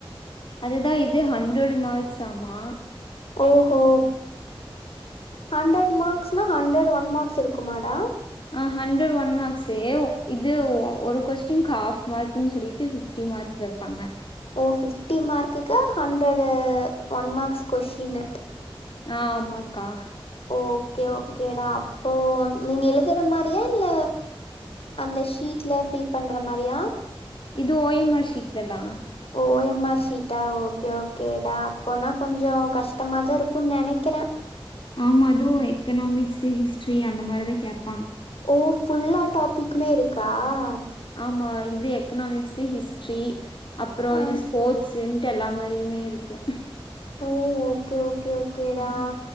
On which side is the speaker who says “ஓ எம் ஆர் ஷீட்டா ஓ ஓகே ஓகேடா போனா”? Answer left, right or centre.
Left